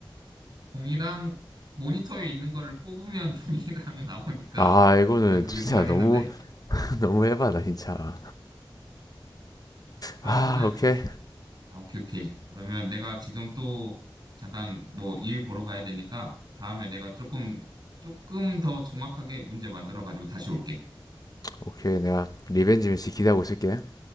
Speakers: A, on the right; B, on the left.
A: 종이랑 모니터에 있는 거를 뽑으면 <laughs> 종이랑 나오니까
B: 아, 이거는
A: 나는 그렇게
B: 진짜
A: 생각했는데
B: 너무, <laughs> 너무 해봐다, 진짜.
A: 그러면은
B: 아, 오케이.
A: 아 오케이 오케이. 그러면 내가 지금 또 잠깐 뭐 일 보러 가야 되니까 다음에 내가 조금 조금 더 정확하게 문제 만들어 가지고 다시 올게.
B: 오케이. 내가 리벤지 매치 기대하고 있을게.